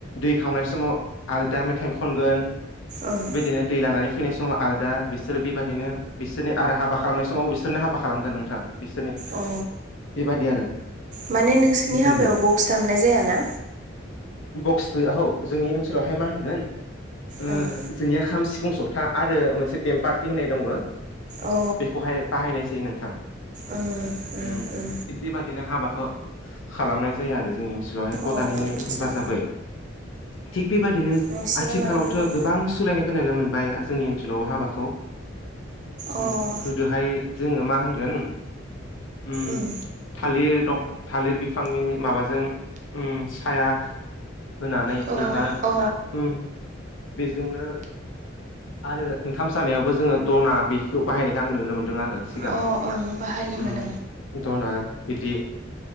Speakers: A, on the left (about 85°); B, on the right (about 40°).
A: दै खावनाय समाव आलदा मेथाइ खनगोन
B: ओं
A: बेबायदिनो दै लानानै फैनाय समाव आलदा बिसोरो बेबायदिनो बिसोरनि आरो हाबा खालामनाय समाव समाव बिसोरनो हाबा खालामगोन नोंथां। बिसोरनि
B: ओं अ
A: बेबादि आरो
B: माने नोंसोरनि
A: जोंनिया।
B: हाबायाव बक्स दामनाय जायाना
A: बक्स गैया हौ जोंनि ओनसोलावहाय मा होनगोन ओ
B: ओं
A: जोंनिया खाम, सिफुं, जथा आरो मोनसे बेम पार्टि होननाय दङो
B: अ
A: बेखौहाय बाहायनाय जायो नोंथां।
B: ओ ओ
A: उम
B: ओ
A: थिग बेबादिनो हाबाखौ खालामनाय जायो आरो जोंनि सोआवहाय पदालिनि
B: ओं अ आदसा
A: हेफाजाबै। थिग बेबादिनो
B: नोंसिना
A: आथिखालावथ'
B: माने बेनि
A: गोबां सलायनायखौ नुनो मोनबाय जोंनि ओनसोल <inaudible> हाबाखौ
B: ओ
A: ओम
B: अ
A: गोदोहाय जोङो मा होनगोन ओम
B: उम
A: थालिर दं थालिर बिफांनि माबाजों ओम साया होनानै
B: अ
A: एबा
B: औ
A: उम बेजोंनो आरो ओंखाम जानायावबो जोङो द'ना बेखौ बाहायनायखाय आं नुनो मोनदों आरो सिगां
B: अ ओं बाहायोमोन
A: उम द'ना बिदि